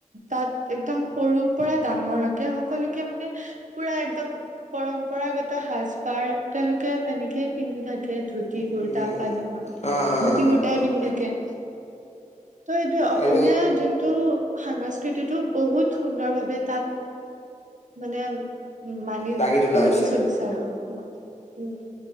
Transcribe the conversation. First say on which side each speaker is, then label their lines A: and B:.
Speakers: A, on the right; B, on the left.
A: তাত একদম সৰুৰ পৰা ডাঙৰলৈকে সকলোকে মানে, পুৰা একদম, পৰম্পৰাগত সাজ পাৰ তেন্তে তেনেকে, পিন্ধি থাকে, ধুতি
B: উম,
A: কুুৰ্তা
B: উম,
A: পাজামা
B: উম,
A: ধুতি
B: অ', অ',
A: কুৰ্তাই
B: অ',
A: পিন্ধি থাকে। ত' এইটোৱে অসমীয়া
B: আৰু
A: যোনটো সংস্কৃতিটো বহুত সুন্দৰ ভাৱে তাত। মানে উ মানি
B: দাঙি তোলা
A: মানি
B: হৈছে
A: চলিছে আৰু উম।